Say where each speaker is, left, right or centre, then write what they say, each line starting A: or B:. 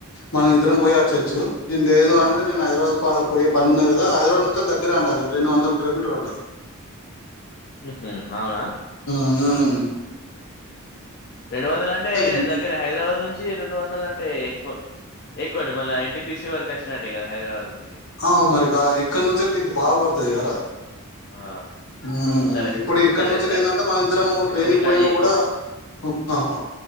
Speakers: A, on the left; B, on the left.
A: మనం ఇద్దరం పోయి అచేచ్చు నం లేదు అంటే
B: ఆ
A: నేను హైదరాబాద్ పా పోయే పన్ని ఉన్నది కదా హైదరాబాద్ నుంచెలి దగ్గరే అంటా అది రెండు వందల కిలోమీటర్ అంటా
B: మ్ హు అవునా
A: ఉమ్మ్
B: రెండు వందల అంటే
A: ఎంత
B: దగ్గరే హైదరాబాద్ నుంచి రెండు వందల అంటే ఎక్కువ ఎక్కువనే మన ఎన్టీపిసి వరకు అచ్చినట్టే కదా హైదరాబాద్ నుంచి
A: అవ్ మరి కాద ఇక్కడి నుంచెలి నీకు బాగా పడుతది కాదార
B: ఆ
A: మ్
B: సరే
A: ఇప్పుడు ఇక్కడ
B: సరే
A: నుంచెలి
B: సరే
A: ఎదంటే మన ఇద్దరంము ట్రైన్కి
B: ఇది కట్
A: పోయినా
B: చెయ్
A: కూడా <unintelligible>